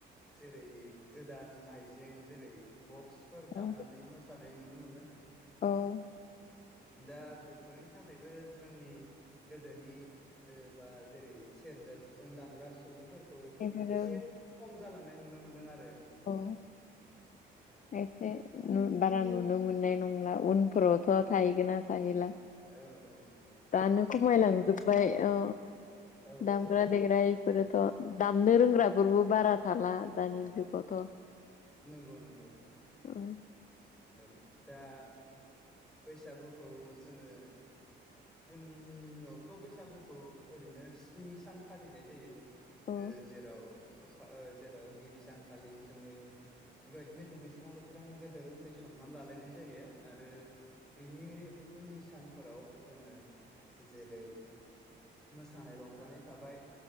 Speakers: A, in the centre; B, on the left.
A: जेरै गोदान आइजें जेरै बक्सफोर दामनानै
B: औ
A: मोसानाय नुनो मोन्दों ।
B: औ ।
A: दा बेफोरनि थाखायबो जोंनि गोदोनि ओ बा जेरै सेरजा, सिफुं दामग्रा सुबुं फोरखौ
B: बेफोरो
A: एसे खम जालांनाय नुनो मोनदों आरो ।
B: औ दा एसे नु बारा नुनो मोननाय नङ उनफोरावथ' थायोैगोना थाहैला ।
A: औ औ
B: दानो खमायलांजोबबाय
A: दा
B: अ
A: औ
B: दामग्रा
A: औ
B: देग्रा इफोरो थ' दामनो रोंग्राफोरबो बारा थाला दानि जुगावथ'
A: नंगौ नंगौ ।
B: औ ।
A: औ दा बैसागुखौ जोङो जोंनियावथ' बैसागुखौ ओरैनो स्नि सान फालिनाय जायो ।
B: औ
A: ओ जेराव <unintelligible> जेराव गिबि सानखालि जोङो बेबायदिनो दुगैस्रां लोब <unintelligible> गेदेर उन्दै सनमान लालायनाय जायो आरो बिनि उननि सानफोराव ज जोङो जेरै मोसानाय रंजानाय थाबाय